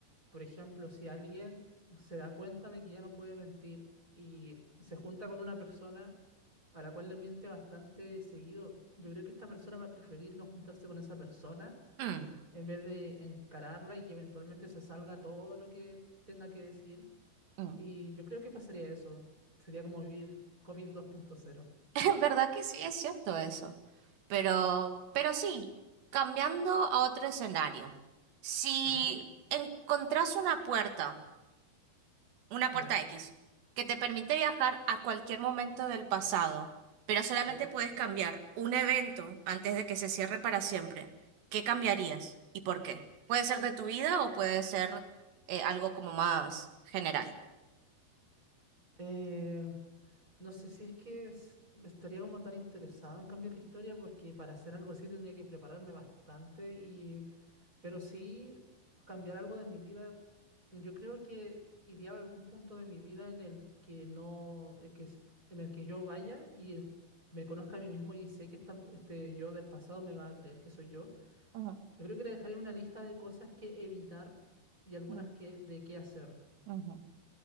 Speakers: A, on the right (about 20°); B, on the right (about 80°).
A: por ejemplo, si alguien se da cuenta de que ya no puede mentir y se junta con una persona a la cual le miente bastante seguido, yo creo que esta persona va a preferir no juntarse con esa persona
B: Mm,
A: en vez de encararla y que eventualmente se salga todo lo que tenga que decir.
B: mm.
A: Y yo creo que pasaría eso. Sería como vivir COVID dos punto cero
B: <laughs> ¿Verdad que sí es cierto eso? Pero, pero sí, cambiando a otro escenario. Si
A: Ajá,
B: encontrás una puerta, una puerta
A: ya.
B: X, que te permite viajar a cualquier momento del pasado, pero solamente
A: Oh.
B: puedes cambiar un evento antes de que se cierre para siempre, ¿qué cambiarías y por qué? Puede ser de tu vida o puede ser eh, algo como más general.
A: Eh, no sé si es que es- estaría como tan interesado en cambiar la historia porque para hacer algo así tendría que prepararme bastante y... Pero sí cambiar algo de mi vida. Yo creo que iría a algún punto de mi vida en el que no... eh, Que, es- en el que yo vaya y est- me conozca a mí mismo y sé que esta- este yo del pasado me va a creer que soy yo
B: Ujú,
A: Yo creo que le dejaría una lista de cosas que evitar y algunas
B: ujú,
A: que, de qué hacer.
B: ujú,